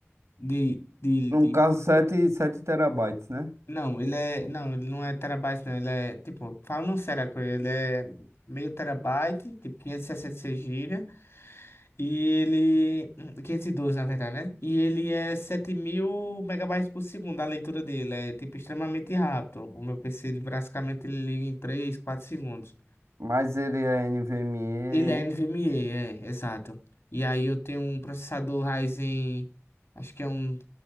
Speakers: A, on the left; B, on the right.
A: de, de,
B: Um
A: de
B: caso 7 7 terabytes, né?
A: Não, ele é. Não, ele não é terabyte, não. Ele é. Tipo, falando sério, a coisa, ele é meio terabyte, tipo 566 GB. E seis gigas. E ele. hum, 512, na verdade, né? E ele é 7000 megabytes por segundo, a leitura dele. É, tipo, extremamente rápido. O meu PC, ele, basicamente, ele liga em 3, 4 segundos.
B: Mas ele é NVMe.
A: Ele é NVMe, é, exato. E aí eu tenho um processador Ryzen. Acho que é um